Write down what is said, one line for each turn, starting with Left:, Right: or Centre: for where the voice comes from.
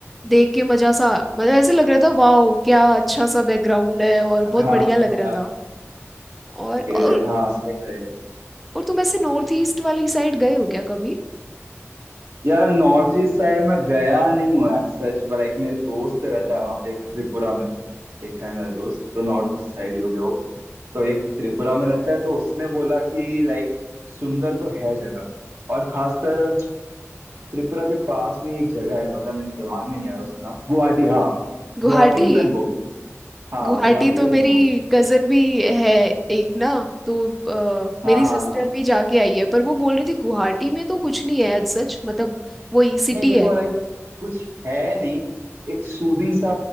Centre: देख के मजा सा मतलब ऐसे लग रहा था वाओ क्या अच्छा सा बैकग्राउंड है और बहुत
Right: हाँ
Centre: बढ़िया लग
Right: हाँ
Centre: रहा था और
Right: क्रेडिट
Centre: और,
Right: हाँ सही रहेगा
Centre: और तुम ऐसे नॉर्थ ईस्ट वाली साइड गए हो क्या कभी
Right: यार नॉर्थ ईस्ट साइड में गया नहीं हुआ है सच में लाइक मेरे दोस्त रहता है वहाँ पे एक त्रिपुरा में एक है मेरा दोस्त तो नॉर्थ ईस्ट साइड ही हो गया वो। तो एक त्रिपुरा में रहता है तो उसने बोला कि लाइक सुंदर तो है जगह और खासकर त्रिपुरा के पास में एक जगह है पता है मेरे दिमाग में नहीं आ रहा उसका नाम गुवाहाटी हाँ गुवाहाटी
Centre: गुवाहाटी
Right: यू कैन गो हाँ
Centre: गुवाहाटी
Right: गुवाहाटी
Centre: तो
Right: यू कैन
Centre: मेरी
Right: गो
Centre: कजन भी है एक ना तो अ, मेरी
Right: हाँ
Centre: सिस्टर
Right: हाँ हाँ
Centre: भी जाके आई है पर वो बोल रही थी गुवाहाटी में तो कुछ नहीं है as सच मतलब वही सिटी
Right: नहीं देखो
Centre: है
Right: लाइक कुछ है नहीं एक सूदिंग सा